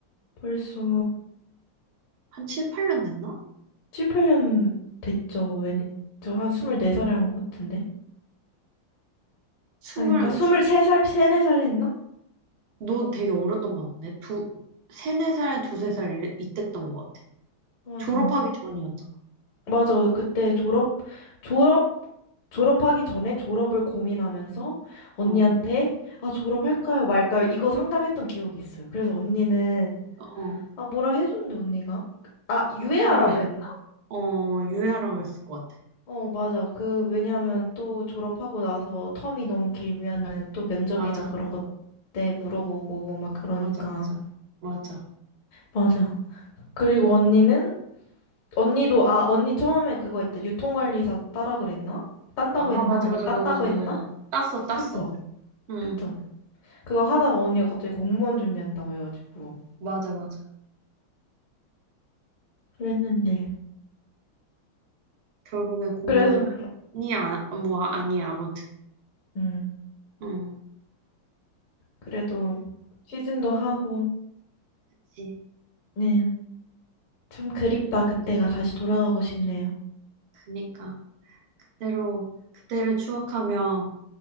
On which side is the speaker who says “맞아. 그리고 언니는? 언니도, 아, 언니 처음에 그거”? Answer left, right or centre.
Left